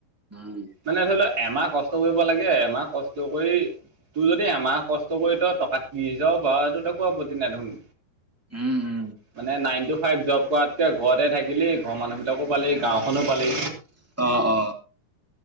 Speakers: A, in the centre; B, on the right.
A: উম।
B: মানে ধৰি ল এমাহ কষ্ট কৰিব লাগে। এমাহ কষ্ট কৰি তোৰ যদি এমাহ কষ্ট কৰি ত। টকা ত্ৰিশ হাজাৰো পাৱ এইটো তো আপত্তি নাই দেখোন।
A: উম উম।
B: মানে নাইন টু ফাইভ জব কৰাতকৈ ঘৰতে থাকিলে ঘৰৰ মানুহবিলাকো পালি গাঁওখনো পালি।
A: অ' অ'